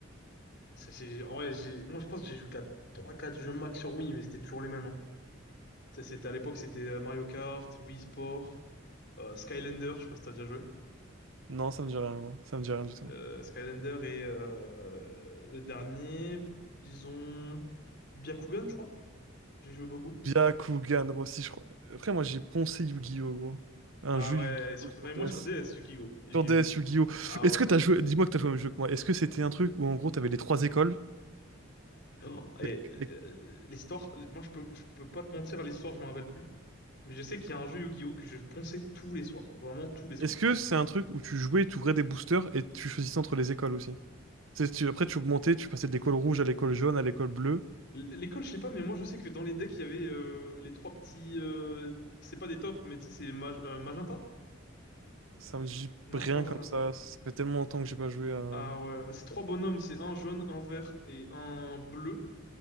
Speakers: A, on the left; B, on the right.
A: C'est, c'est- en vrai, j'ai, moi, je pense que j'ai joué qu'à trois quatre jeux max sur Wii, mais c'était toujours les mêmes, hein. Ça, c'était à l'époque, c'était euh, Mario Kart, Wii Sport, euh, Skylander, je sais pas si t'as déjà joué.
B: Non, ça me dit rien, gros. Ça me dit rien du
A: Euh,
B: tout.
A: Skylander et euh, le dernier, disons, Byakugan, je crois. J'ai joué beaucoup.
B: Byakugan, gros, si je crois. Après, moi, j'ai poncé Yu-Gi-Oh, gros. Un
A: Ah
B: jeu
A: ouais,
B: Yu-Gi-Oh
A: sur,
B: sur
A: mais moi
B: DS.
A: sur DS, Yu-Gi-Oh! Yu-Gi-Oh!
B: Sur DS,
A: aussi.
B: Yu-Gi-Oh.
A: Ah
B: Est-ce
A: ouais.
B: que t'as joué... Dis-moi que t'as joué au même jeu que moi. Est-ce que c'était un truc où, en gros, t'avais les trois écoles?
A: Oh, et,
B: Les-
A: euh,
B: les-
A: l'histoire, moi, je peux, je peux pas te mentir, l'histoire, je m'en rappelle plus. Mais je sais qu'il y a un jeu Yu-Gi-Oh! que je ponçais tous les soirs. Vraiment tous les soirs.
B: Est-ce que c'est un truc où tu jouais, tu ouvrais des boosters et tu choisissais entre les écoles aussi? C'est- tu- Après, tu augmentais, tu passais de l'école rouge à l'école jaune à l'école bleue.
A: L- L'école, je sais pas, mais moi je sais que dans les decks, il y avait euh, les trois petits. euh, c'est pas des tops, mais tu sais, c'est mag- euh, magenta?
B: Ça me dit
A: Non,
B: rien
A: pas magenta.
B: comme ça. Ça fait tellement longtemps que j'ai pas joué à.
A: Ah ouais, mais c'est trois bonhommes, c'est un jaune, un vert et un bleu.